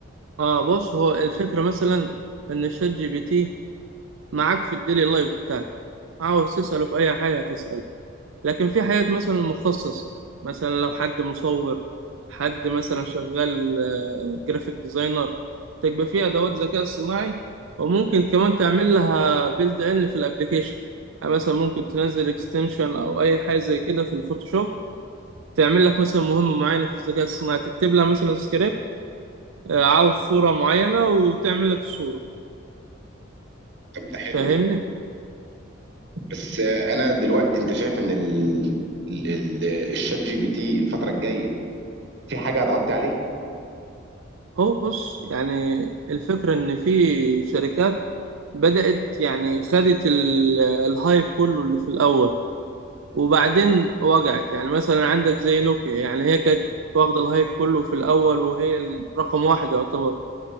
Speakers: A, on the right; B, on the right.
A: اه بص هو الفكرة مثلا إن الشات جي بي تي معاك في الديلي لايف بتاعتك عاوز تسأله في أي حاجة هتسأله لكن في حاجات مثلا مخصصة مثلا لو حد مصور حد مثلا شغال جرافيك ديزاينر تبقى فيها أدوات ذكاء صناعي وممكن كمان تعمل لها بيلد إن في الأبليكيشن يعني مثلا ممكن تنزل اكستنشن أو أي حاجة زي كده في الفوتوشوب تعمل لك مثلا مهمة معينة في الذكاء الصناعي تكتب لها مثلا سكريبت آه، عاوز صورة معينة وتعمل لك الصورة
B: طب ده حلو
A: فاهمني؟
B: ده بس آه، انا دلوقتي انت شايف ان ال... ال... ال- الشات جي بي تي الفتره الجايه في حاجه هتغطي عليه
A: هو بص يعني الفكرة إن في شركات بدأت يعني خدت ال- الهايب كله اللي في الأول وبعدين وجعت يعني مثلا عندك زي نوكيا يعني هي كانت واخدة الهايب كله في الأول وهي رقم واحد يعتبر